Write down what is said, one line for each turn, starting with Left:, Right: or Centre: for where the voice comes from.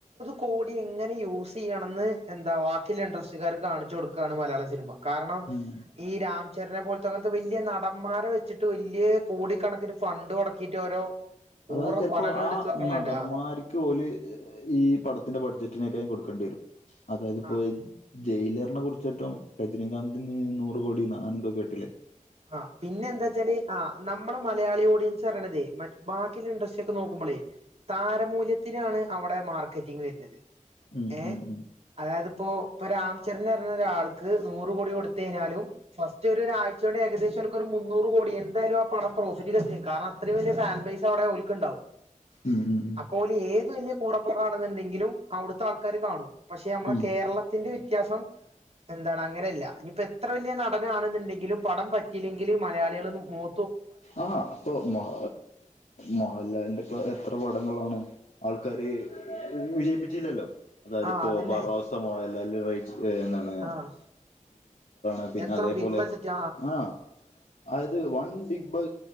Right: കൂടി എങ്ങനെ യൂസ്യ്യണന്ന് എന്താ ബാക്കിള്ള ഇൻട്രസ്റ്റിക്കാർക്ക് കാണിച്ചു കൊടുക്കാണ് മലയാള സിനിമ കാരണം
Left: ഉം
Right: ഈ രാ ചരനെ പോൽത്തെ അങ്ങൻത്തെ വല്ല്യാ നടന്മാരെ വെച്ചിട്ട് വെല്ല്യാ കേടിക്കണക്കിന് ഫണ്ട് മുടക്കിയിട്ട് ഓരോ
Left: അതായത്
Right: ഊറ
Left: ചിലപ്പോ
Right: പടങ്ങൾ
Left: ആ
Right: എടുത്ത് വെക്കണണ്ട്
Left: നടന്മാർക്ക്
Right: ആ
Left: ഓല് ഈ പടത്തിന്റെ ബഡ്ജറ്റിനേക്കാളും കൊടുക്കേണ്ടി വരും അതായത്
Right: ആ
Left: പോ ജയില്ന്ന് പർഞാ കുട്ചെറ്റം രജനകാന്തിന് നൂറ് കോടിന്ന് അങ്ങനെന്തേകേട്ടില്ലേ
Right: ആ പിന്നെ ന്താ വെച്ചാല് ആ നമ്മള് മലയാളിയോട് <unintelligible> ബാക്കിയ്ള്ള ഇഡസ്ട്രിക്കെ നോക്കുമ്പളെ താരമൂല്യത്തിനാണ് അവിടെ മാർക്കറ്റിങ് വര് നത്
Left: ഉം
Right: ഏ
Left: ഉം ഉം
Right: അതായത്പ്പോ <unintelligible> നൂറ് കോടി കൊടുത്ത് കഴിഞാലും ഫസ്റ്റൊരു ചൂടെ ഏകദേശം അൻക്ക് ഒരു മുന്നൂറ് കോടി എന്താഴാലും ആ പടം പ്ര <unintelligible> കാരണം അത്രയും വലിയ ഫാൻ പൈസ് അവിടെ ഓൽക്ക്ണ്ടാവും
Left: ഉം ഉം ഉം
Right: അപ്പോൾ ഏത് വലിയ കൂടെപ്പാടാണെന്ന്ണ്ടെങ്കിലും അവിടുത്തെ ആൾക്കാര് കാണും പക്ഷെ നമ്മളെ
Left: ഉം
Right: കേരളത്തിന്റെ വ്യത്യാസം എന്താടാ അങ്ങനെ അല്ല ഇനിയിപ്പോ എത്ര വല്ല്യാ നടനാണ്ന്ന്ണ്ടെങ്കിലും പടം പറ്റിയിലങ്കില് മലയാളികളോന്നും മോ
Left: ആ അപ്പൊ മഹ മോഹൻലാലിന്റെ ഇപ്പ എത്ര പടങ്ങളാണ് ആൾക്കാര് വിജയിപ്പിച്ചില്ലല്ലോ അതായത്പ്പോ
Right: ആഹ് അതന്നെ
Left: ബറോസൊ മോഹലാലിന് <unintelligible> എന്താണ്
Right: ആഹ്
Left: <unintelligible> പിന്നെ
Right: എത്ര
Left: അതേ
Right: ബിഗ്
Left: പോലെ
Right: ബജറ്റ്
Left: ആ അത് വൺവിഗ് <unintelligible>